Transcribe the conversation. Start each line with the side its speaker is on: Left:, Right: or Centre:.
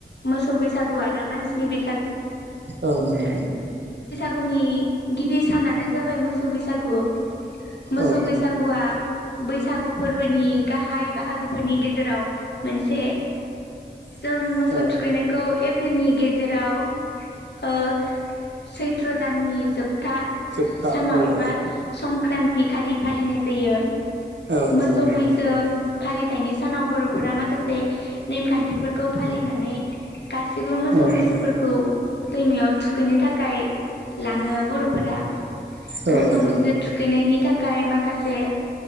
Left: मोसौ बैसागु आरो मानसिनि बै
Right: औ नंगौ।
Left: गुनि गिबि सानानो जाबाय मोसौ बैसागु। मोसौ
Right: औ
Left: बैसागुआ बैसागु फोर्बोनि गाहाय बाहागोफोरनि गेजेराव मोनसे। जों मोसौ
Right: औ
Left: थुखैनायखौ ए प्रिलनि गेजेराव ओ सैथ्र दाननि जोब था
Right: जोबथा
Left: सानाव
Right: औ
Left: एबा
Right: नंगौ
Left: संक्रान्तिखालि फालिनाय जायो।
Right: औ
Left: मोसौ
Right: नंगौ नंगौ
Left: मैसो फालिथायनि सानाव बर'फोरा माखासे नेमखान्थिफोरखौ फालिनानै गासिबो मोसौ-मैसोफोरखौ
Right: औ
Left: दैमायाव थुखैनो थाखाय लाङो बर'फोरा
Right: औ
Left: मोसौ-मैसो
Right: नंगौ औ
Left: थुखैनायनि था खाय माखासे